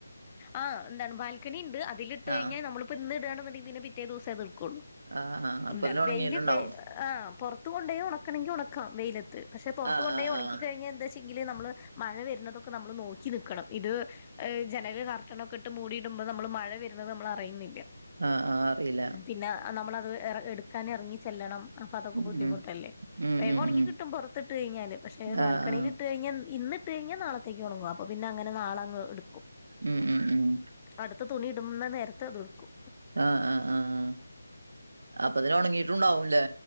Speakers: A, on the left; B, on the right.
A: ആഹ് ന്താണ് ബാൽക്കണിണ്ട്. അതിലിട്ട് കഴിഞ്ഞ
B: ആഹ്
A: നമ്മള്പ്പ ഇന്ന് ഇടാണ്ന്ന്ണ്ടെങ്കി പിന്നെ പിറ്റേ ദിവസേ അത് ഇട്കൊള്ളൂ.
B: ആഹ് ആഹ്.
A: എന്താണ്
B: അപ്പത്തിന് ഒണങ്ങിയിട്ടുണ്ടാവും
A: വെയില് വെ ആഹ് പൊർത്ത് കൊണ്ടോയി ഒണക്കണെങ്കി ഒണക്കാം വെയിലത്ത് പക്ഷെ പൊർ ത്ത്
B: ആഹ്
A: കൊണ്ടോയ്
B: ആഹ്
A: ഒണക്കി
B: ആഹ്
A: കഴിഞ്ഞ എന്താച്ച് ങ്കില് നമ്മള് മഴ വര്ണതൊക്കെ നമ്മള് നോക്കി നിക്കണം. ഇത് ങ് ജനല് കർ ട്ടണൊക്കെട്ട് മൂടിടുമ്പ നമ്മള് മഴ വരുന്നത് നമ്മള് അറിയ്ന്നില്ല.
B: ആഹ് ആഹ് അറില.
A: പിന്ന നമ്മളത് എറ എടുക്കാൻ എർങ്ങി ചെല്ലണം. അപ്പതൊക്കെ
B: ഉം
A: ബുദ്ധിമുട്ടല്ലേ
B: ഉം
A: വേഗം
B: ഉം
A: ഒണ്ങ്ങി
B: ഉം
A: കിട്ടും പൊറത്തിട്ട് കഴിഞ്ഞാല് പക്ഷെ ബാൽക്കണില്
B: ആഹ് ആഹ്
A: ട്ട് കഴിഞ്ഞ ഇന്ന്ട്ട് കഴിഞ്ഞ നാളത്തേക്ക് ഒണങ്ങും അപ്പോ പിന്നെ അങ്ങനെ നാളങ്ങ് എട്ക്കും.
B: ഉം ഉം ഉം.
A: അടുത്ത തുണി ഇടുന്ന നേരത്ത് അത്ട്ക്കും.
B: ആഹ് ആഹ് ആഹ് അപ്പത്തിനും ഒണങ്ങീട്ടുണ്ടാവും ല്ലേ?